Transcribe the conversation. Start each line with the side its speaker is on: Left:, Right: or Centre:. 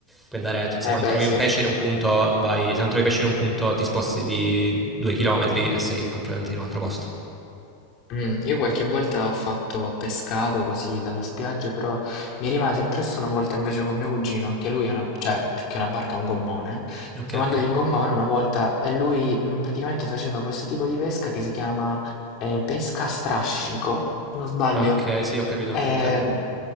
Centre: Puoi andare, se
Left: eh
Centre: non
Left: beh,
Centre: trovi
Left: sì.
Centre: un pesce in un punto, vai, se non trovi pesce in un punto, ti sposti di due chilometri e sei completamente in un altro posto.
Left: Mh, io qualche volta ho fatto pescato così dalla spiaggia, però mi rimase impressa una volta invece con mio cugino, anche lui è una cioè più che una barca, un gommone.
Centre: Ok,
Left: Siamo andati
Centre: ok.
Left: in gommone una volta e lui, mhmm, praticamente faceva questo tipo di pesca che si chiama, ehm, pesca a strascico, se non sbaglio.
Centre: Ok, sì, ho capito quale
Left: Ehm,
Centre: intendi.